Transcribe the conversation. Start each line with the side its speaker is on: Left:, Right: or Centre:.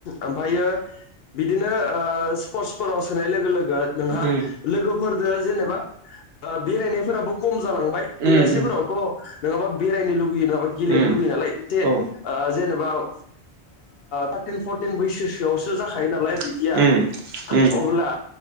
Left: ओमफ्रायो बिदिनो ओ स्पर्टसफोराव सोनाय लोगो लोगो नोंहा
Right: उम
Left: लोगोफोरजों जेनेबा बेरायनायफोराबो कम जालांबाय
Right: उम
Left: बेलासिफोरावथ'
Right: उम
Left: नङाबा बेरायनो लु- गेलेनो
Right: उम
Left: लुबैयो नालाय जे
Right: औ
Left: बा ओ थारटिन फरटिन बैसोसो आवसो जाखायो नालाय बिदिया
Right: उम उम
Left: अब्ला